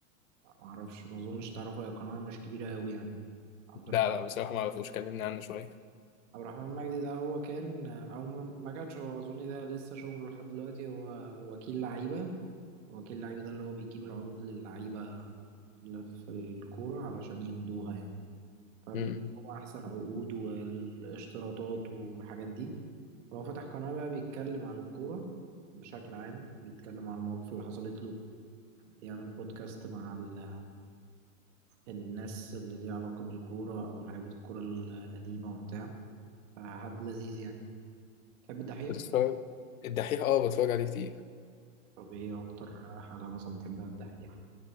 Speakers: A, on the right; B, on the left.
A: معرفش ما اظنش تعرفه هي قناة مش كبيرة قوي يعني عبد
B: ده
A: الرحمن
B: لا بصراحة ما أعرفوش كلمني عنه شوية
A: عبد الرحمن مجدي ده هو كان آه، او م- ما كانش هو اظن ده لسه شغله لحد دلوقتي هو وكيل لعيبة وكيل لعيبة ده اللي هو بيجيب العروض للعيبة اللي في الكورة علشان يمضوها يعني فبيجيبوا
B: امم
A: احسن عقود والاشتراطات والحاجات دي هو فتح قناة بقى بيتكلم عن الكورة بشكل عام بيتكلم عن المواقف اللي حصلت له يعمل بودكاست مع ال... الناس اللي ليها علاقة بالكورة أو لعيبة الكورة القديمة وبتاع فحد لذيذ يعني تحب الدحيح؟
B: بتتفرج الدحيح اه بتفرج عليه كتير
A: طب ايه أكتر حلقة مثلا بتحبها الدحيح؟